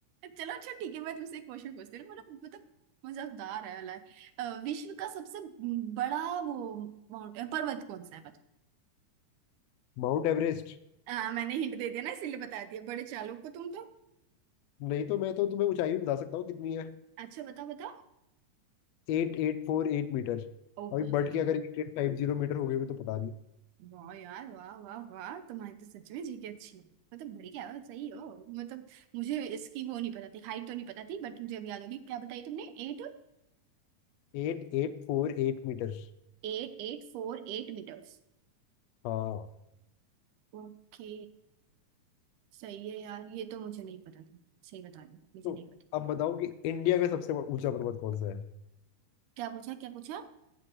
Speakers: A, on the right; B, on the left.
A: चलो अच्छा ठीक है मैं तुमसे एक क्वेश्चन पूछती हूँ मतलब मतलब मजेदार है वाला है। like, अ, विश्व का सबसे बड़ा वो माउंट अ, पर्वत कौन सा है बताओ
B: Mount Everest
A: आ, मैंने हिंट दे दिया ना इसीलिए बता दिया बड़े चालू को तुम तो
B: नहीं तो मैं तो तुम्हें ऊंचाई भी बता सकता हूँ कितनी है
A: अच्छा बताओ बताओ
B: Eight eight four eight meter
A: ओ
B: अभी
A: भाई
B: बढ़ के अगर eight eight five zero meter हो गए हुए तो पता नहीं
A: वाह यार वाह वाह वाह तुम्हारी तो सच में जी की अच्छी है मतलब बढ़िया हो सही हो मतलब मुझे इसकी वो नहीं पता थी हाइट तो नहीं पता थी बट मुझे अब याद होगी क्या बताई तुमने Eight
B: Eight eight four eight meter
A: eight eight four eight metres
B: हाँ
A: Okay सही है यार ये तो मुझे नहीं पता था सही बता रही हूँ, मुझे
B: तो
A: नहीं पता
B: अब बताओ कि इंडिया का सबसे ऊंचा पर्वत कौन सा है
A: क्या पूछा क्या पूछा